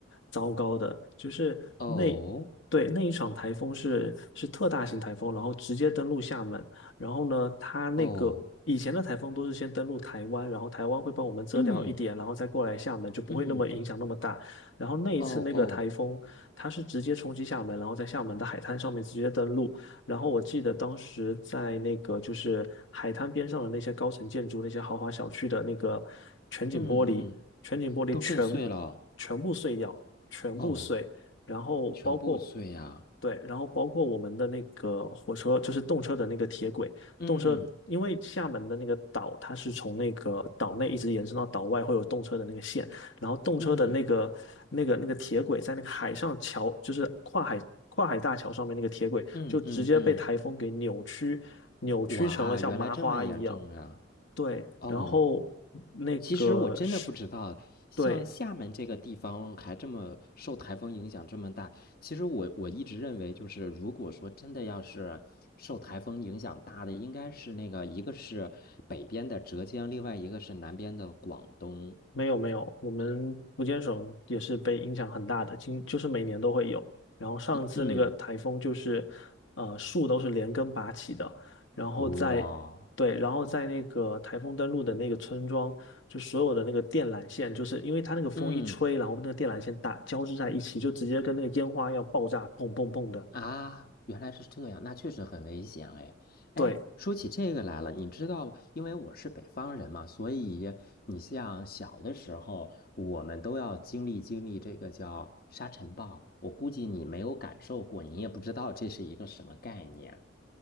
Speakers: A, on the left (about 75°); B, on the left (about 50°).
A: 糟糕的。就是那，
B: 哦
A: 对，那一场台风是是特大型台风，然后直接登陆厦门。然后呢，它那个以前的台风都是先登陆台湾，
B: 哦，
A: 然后台湾会帮我们遮掉一点，
B: 嗯
A: 然后再过来厦门，就不会那么影响那么大。
B: 嗯。
A: 然后那一次那个台风，
B: 哦哦，
A: 它是直接冲击厦门，然后在厦门的海滩上面直接登陆。然后我记得当时在那个就是海滩边上的那些高层建筑、那些豪华小区的那个全景玻璃，
B: 嗯嗯，
A: 全景玻璃全
B: 都震碎了，
A: 全部碎掉，全部碎。
B: 哦，
A: 然后包括
B: 全部碎呀，
A: 对，然后包括我们的那个火车，就是动车的那个铁轨，
B: 嗯
A: 动车因为厦门的那个岛，它是从那个岛内一直延伸到岛外，会有动车的那个线。然后动车的那个那个那个铁轨在那个海上桥，
B: 嗯
A: 就是跨海跨海大桥上面那个铁轨，
B: 嗯嗯嗯，
A: 就直接被台风给扭曲，扭曲成了像麻花一样。
B: 哇，原来这么严重呀，
A: 对，
B: 哦，
A: 然后那个是，
B: 其实我真的不知道，像厦门这个地方还这么受台风影响这么大，
A: 对，
B: 其实我我一直认为就是，如果说真的要是受台风影响大的，应该是那个一个是北边的浙江，另外一个是南边的广东，
A: 没有没有，我们福建省也是被影响很大的，今就是每年都会有。然后上次那个台风就是，
B: 嗯，
A: 呃，树都是连根拔起的，然后在对，
B: 哇。
A: 然后在那个台风登陆的那个村庄，就所有的那个电缆线，就是因为它那个风一吹，
B: 嗯
A: 然后那个电缆线打交织在一起，就直接跟那个烟花要爆炸，砰砰砰的。
B: 啊，原来是这样，那确实很危险哎。哎，
A: 对，
B: 说起这个来了，你知道，因为我是北方人嘛，所以你像小的时候，我们都要经历经历这个叫沙尘暴。我估计你没有感受过，你也不知道这是一个什么概念。